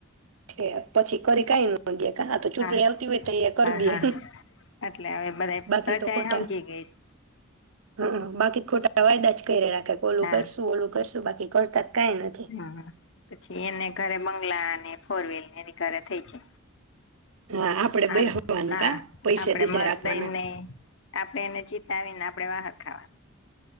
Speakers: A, on the right; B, on the left.
A: <unintelligible> પછી કરી કઈ ન દ આ તો ચૂંટણી
B: હા
A: આવતી હોય તો કરી
B: હા હા
A: દએ
B: એટલે હવે બધા
A: બાકી
B: પ્રજા
A: તો ખોટા
B: સમજી ગઈશ
A: હ બાકી ખોટા અવાદા જ <unintelligible> ઓલું
B: હા
A: કરશું ઓલું કસ તો બાકી કરતા. કાઈ નથી
B: હમ, પછી એને ઘરે બંગલાને ફોર વ્હીલર ને કાર થઈ છે.
A: હા આપડે
B: હ
A: બેહવાનું
B: હા
A: કા પૈસા
B: આપડે
A: દીધા
B: મત
A: રાખવાના
B: દઈ ને આપે એને ચીતાવીને આપડે વાહન ખાવાનું.